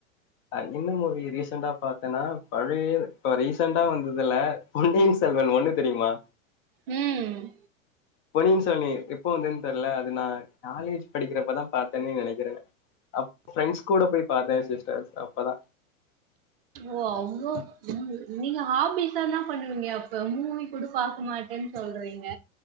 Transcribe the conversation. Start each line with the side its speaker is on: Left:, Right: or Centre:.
Left: அ என்ன மூவி ரீசண்டா பாத் தனா பழையது இப்ப ரீசன்ட்டா வந்ததுல பொன்னியின் செல்வன் ஒன்னு தெரிமா
Right: ம்
Left: பொன்னியின் செமி எப்போ வந்ததுன் தெர்ல அது நா காலேஜ் படிக்கிறப்பதா பாரத்தனே நெனைக்கிற அப் ஃபிரெண்ட்ஸ் கூட போய் பாத்தே சிஸ்டர்ஸ் அப்பதா
Right: ஓ அவ்ளோ ம் நீங்க ஹாபிஸா என்ன பண்ணுவீங்க அப்ப மூவி கூட பாக்க மாட்டேன் சொல்றீங்க